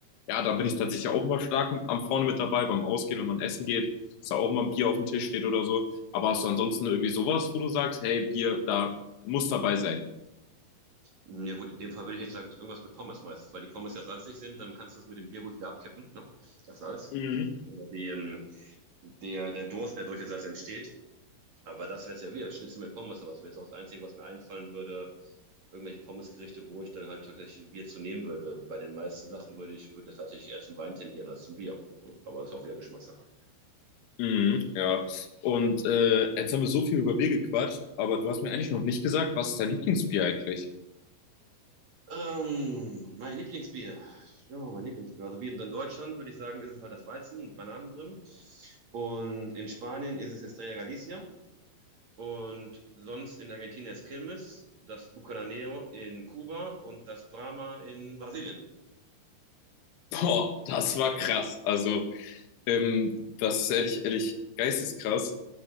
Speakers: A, on the left; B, on the right.
A: Ja, da bin ich tatsächlich auch immer stark am vorne mit dabei, beim Ausgehen, wenn man essen geht, dass da auch immer ein Bier auf dem Tisch steht oder so. Aber hast du ansonsten irgendwie sowas, wo du sagst, hey, Bier, da muss dabei sein?
B: Ja gut, in dem Fall würde ich echt sagen, irgendwas mit Pommes meistens, weil die Pommes ja salzig sind, dann kannst du es mit dem Bier gut wieder abkippen, ne? Das Salz.
A: Mhm.
B: Oder die, ähm, der, der Durst, der durch das Salz entsteht. Aber das wäre es ja wieder, Schnitzel mit Pommes, aber das wäre jetzt auch das Einzige, was mir einfallen würde, irgendwelche Pommesgerichte, wo ich dann halt tatsächlich ein Bier zu nehmen würde. Bei den meisten Sachen würde ich würde tatsächlich eher zum Wein tendieren als zum Bier. Hm, Aber das ist auch wieder Geschmackssache.
A: Mhm, ja. Und äh, jetzt haben wir so viel über Bier gequatscht, aber du hast mir eigentlich noch nicht gesagt, was ist dein Lieblingsbier eigentlich?
B: Ähm, mein Lieblingsbier. Ja, mein Lieblingsbier. Also wie in in Deutschland würde ich sagen, ist es halt das Weizen mit Bananen drin. Und in Spanien ist es Estrella Galicia. Und sonst in Argentinien ist Quilmes, das Bucanero in Kuba und das Brahma in Brasilien.
A: <laughs> Boah, das war krass. Also, ähm, das ist ehrlich, ehrlich, geisteskrass.